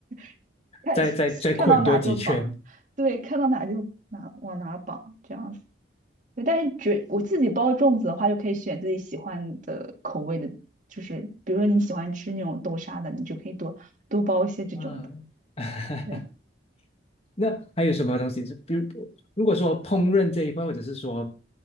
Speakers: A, on the right; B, on the left.
A: <laughs> 看
B: 再再再捆多几圈。
A: 看到哪就绑，对，看到哪就哪往哪绑这样子。对，但是觉我自己包粽子的话，就可以选自己喜欢的口味的，就是比如说你喜欢吃那种豆沙的，你就可以多多包一些这种的。
B: 嗯，<laughs>
A: 对，
B: 那还有什么东西是，比如如果说烹饪这一块，或者是说